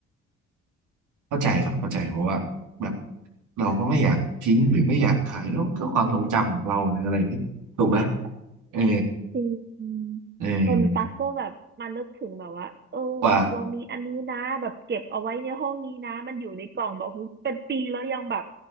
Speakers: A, on the right; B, on the right.
A: เข้าใจครับเข้าใจเพราะว่าแบบเราก็ไม่อยากทิ้งหรือไม่อยากขายแล้วมันก็ความทรงจำของเราหรืออะไรเนี่ยถูกไหมเออ
B: จริง
A: เออ
B: จนตั๊กก็แบบมานึกถึงแบบว่าเออแบบเรามีอันนี้นะแบบเก็บเอาไว้ในห้องนี้นะมันอยู่ในกล่องแบบเป็นปีแล้วยังแบบ
A: ว่า